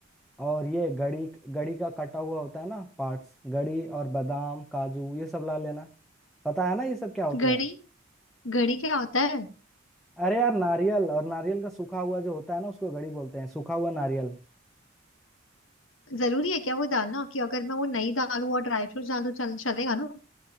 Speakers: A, in the centre; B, on the left.
A: और ये गड़ी गड़ी का कटा हुआ होता है ना पार्ट्स गड़ी और बादाम काजू ये सब ला लेना पता है ना ये सब क्या होते
B: गरी
A: हैं
B: घड़ी क्या होता है
A: अरे यार नारियल और नारियल का सूखा हुआ जो होता है ना उसको गड़ी बोलते हैं सूखा हुआ नारियल
B: जरूरी है क्या वो डालना कि अगर मैं वो नहीं डालूं और ड्राई फ्रूट्स डाल दूं चल चलेगा ना